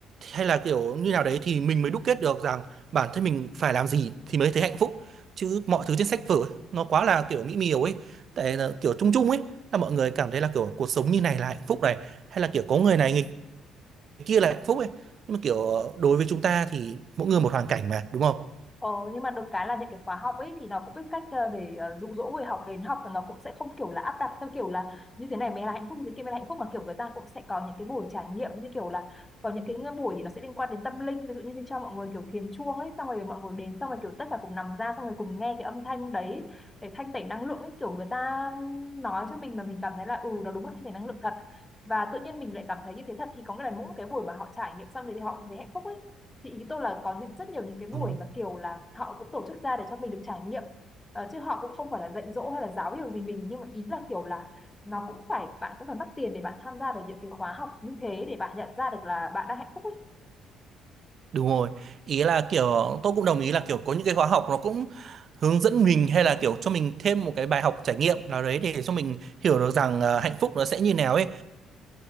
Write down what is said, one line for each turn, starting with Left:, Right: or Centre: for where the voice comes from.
Right: hay là kiểu như nào đấy thì mình mới đúc kết được rằng bản thân mình phải làm gì thì mới thấy hạnh phúc chứ mọi thứ trên sách vở ấy, nó quá là kiểu mỹ miều ấy tại là kiểu chung chung ấy là mọi người cảm thấy là kiểu cuộc sống như này là hạnh phúc này hay là kiểu có người này người kia là hạnh phúc ấy nhưng mà kiểu đối với chúng ta thì mỗi người một hoàn cảnh mà đúng
Left: Ờ, nhưng mà được cái là những cái khóa học ấy thì nó cũng biết cách ờ, để ờ, dụ dỗ người học đến học thì nó cũng sẽ không kiểu là áp đặt theo kiểu là như thế này mới là hạnh phúc như thế kia mới là hạnh phúc mà kiểu người ta cũng sẽ có những cái buổi trải nghiệm như kiểu là có những cái buổi thì nó sẽ liên quan đến tâm linh ví dụ như, như cho mọi người kiểu thiền chuông ấy xong rồi mọi người đến xong rồi kiểu tất cả cùng nằm ra xong rồi cùng nghe cái âm thanh đấy để thanh tẩy năng lượng ấy kiểu người ta nói cho mình mà mình cảm thấy là ừ nó đúng là thanh tẩy năng lượng thật và tự nhiên mình lại cảm thấy như thế thật thì có nghĩa là mỗi cái buổi mà họ trải nghiệm xong thì họ cũng thấy hạnh phúc ấy thì ý tôi là có những rất nhiều những cái buổi
Right: không
Left: mà kiểu là họ cũng tổ chức ra để cho mình được trải nghiệm Ờ, chứ họ cũng không phải là dạy dỗ hay là giáo điều gì mình nhưng mà ý là kiểu là nó cũng phải bạn cũng phải mất tiền để bạn tham gia được những cái khóa học như thế để bạn nhận ra được là bạn đang hạnh phúc ấy
Right: Đúng rồi. Ý là kiểu tôi cũng đồng ý là kiểu có những cái khóa học nó cũng hướng dẫn mình hay là kiểu cho mình thêm một cái bài học trải nghiệm nào đấy để cho mình hiểu được rằng ờ, hạnh phúc nó sẽ như nào ấy